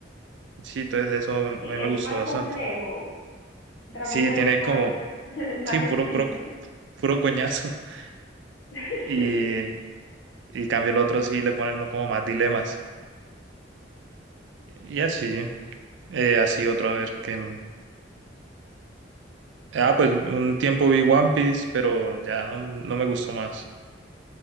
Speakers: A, on the right; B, on the left.
A: Sí, entonces eso a mí
B: Sí,
A: me
B: es
A: gustó
B: más
A: bastante.
B: complejo. Dragon
A: Sí,
B: Ball
A: tiene
B: es más,
A: como,
B: <laughs> es más
A: sí, puro,
B: sencillo.
A: puro, puro coñazo. <laughs>
B: <laughs>
A: Y,
B: Sí,
A: y cambio el otro sí le ponen como más dilemas. Y así, eh, así otra
B: sí,
A: vez que... Ah, pues un tiempo vi One Piece, pero ya no, no me gustó más.